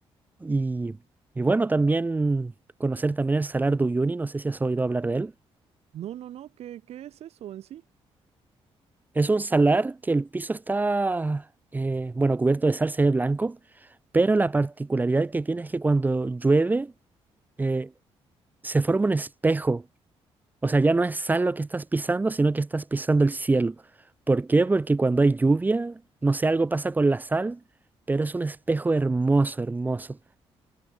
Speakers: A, on the right (about 15°); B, on the right (about 75°).
A: Y, y bueno, también conocer también el Salar de Uyuni, no sé si has oído hablar de él.
B: No, no, no, ¿qué, qué es eso en sí?
A: Es un salar que el piso está, eh, bueno, cubierto de sal, se ve blanco, pero la particularidad que tiene es que cuando llueve, eh, se forma un espejo O sea, ya no es sal lo que estás pisando, sino que estás pisando el cielo. ¿Por qué?
B: Ah,
A: Porque cuando hay lluvia, no sé, algo pasa con la sal, pero es un espejo hermoso, hermoso.